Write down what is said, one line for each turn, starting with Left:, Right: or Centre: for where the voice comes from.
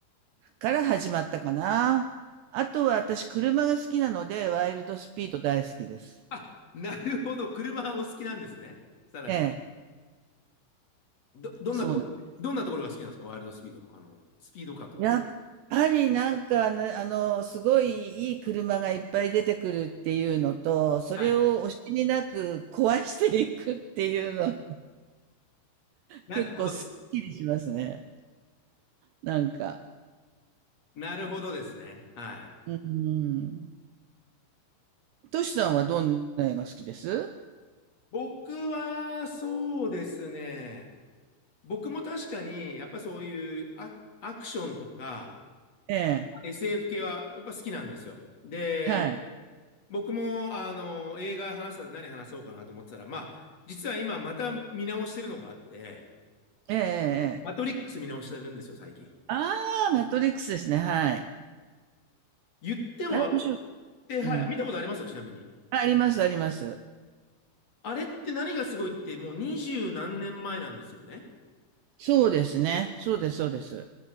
Right: から始まったかな。あとは、私、車が好きなので、ワイルドスピード大好きです。
Left: あ、なるほど。車お好きなんですね。さらに。
Right: ええ、
Left: ど、どんなところ、
Right: そうなんです。
Left: どんなところが好きなんですかワイルドスピードの、あの、スピード感とかですか
Right: やっぱり、なんかね、あのすごいいい車がいっぱい出てくるっていうのと、それを惜しみなく壊していくっていうの
Left: はい。なるほど。
Right: 結構すっきりしますね。なんか、
Left: なるほどですね。はい。
Right: うん。トシさんはどんな映画好きです
Left: 僕は、そうですね。僕も確かに、やっぱそういうア、アクションとか、
Right: ええ、
Left: SF 系は、やっぱ好きなんですよ。で、
Right: はい。
Left: 僕も、あの、映画話したら何話そうかなと思ってたら、まあ、実は今、また見直してるのがあって、
Right: ええええ
Left: うんマトリックス見直してるんですよ、
Right: ええ。
Left: 最近。
Right: ああ、マトリックスですね、はい。
Left: 言っても、
Right: あれ面白い。
Left: あれって、はい、
Right: うん。
Left: 見たことありますよ、ちなみに。
Right: あ、ありますあります。
Left: あれって何がすごいって、もう二十何年前なんですよね。
Right: そうですね。そうですそうです。